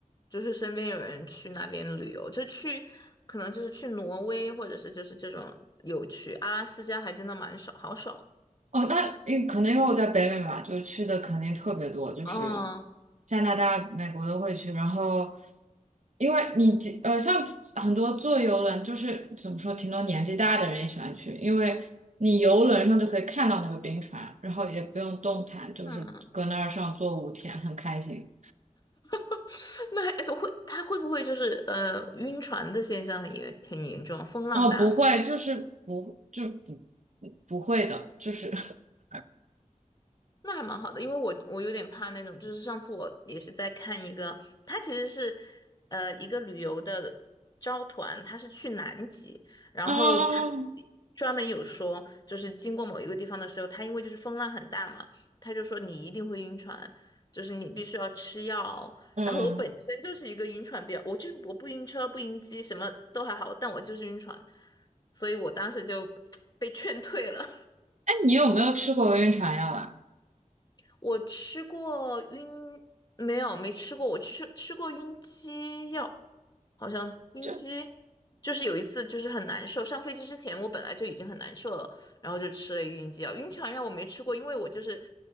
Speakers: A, on the left; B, on the right.
A: 就是身边有人去那边旅游，就去，可能就是去挪威或者是就是这种有去，阿拉斯加还真的蛮少，好少。
B: 哦，那因可能因为我在北美嘛，就去的肯定特别多，就是
A: 哦，
B: 加拿大、美国都会去。然后，因为你几呃，像很多坐游轮，就是怎么说，挺多年纪大的人也喜欢去，因为你游轮上就可以看到那个冰川，然后也不用动弹，就是搁那儿上坐五天，
A: 嗯
B: 很开心。
A: <laughs> 那还会他会不会就是呃晕船的现象也很严重，风浪大吗？
B: 哦，不会，就是不就不不会的，就是 <laughs>
A: 那还蛮好的，因为我我有点怕那种，就是上次我也是在看一个，他其实是呃一个旅游的招团，他是去南极，然后他
B: 嗯
A: 专门有说，就是经过某一个地方的时候，他因为就是风浪很大嘛，他就说你一定会晕船，就是你必须要吃药。
B: 嗯，
A: 然后我本身就是一个晕船比较，我就是我不晕车不晕机什么都还好，但我就是晕船，所以我当时就 <tsk> 被劝退了。
B: 哎，你有没有吃过晕船药啊？
A: 我吃过晕，没有，没吃过。我吃吃过晕机药，好像晕机
B: 就。
A: 就是有一次就是很难受。上飞机之前我本来就已经很难受了，然后就吃了一个晕机药。晕船药我没吃过，因为我就是